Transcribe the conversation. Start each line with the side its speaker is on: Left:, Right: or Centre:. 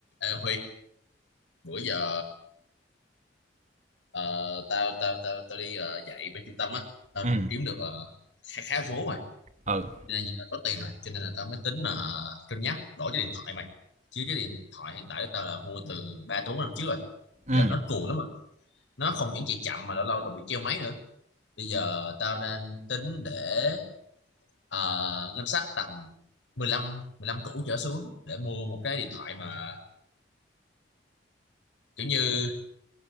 Left: Ê Huy, bữa giờ ờ, tao tao tao tao đi ờ, dạy bên trung tâm á, tao
Right: ừ
Left: cũng kiếm được ờ, khá khá vốn rồi,
Right: ừ,
Left: cho nên là có tiền rồi, cho nên là tao mới tính là cân nhắc đổi cái điện thoại mày. Chứ cái điện thoại hiện tại của tao là mua từ 3 tới 4 năm trước rồi.
Right: ừ
Left: Giờ nó cùi lắm rồi. Nó không những chạy chậm mà lâu lâu còn bị treo máy nữa. Bây giờ tao đang tính để ờ, ngân sách tầm mười lăm mười lăm củ trở xuống để mua một cái điện thoại mà kiểu như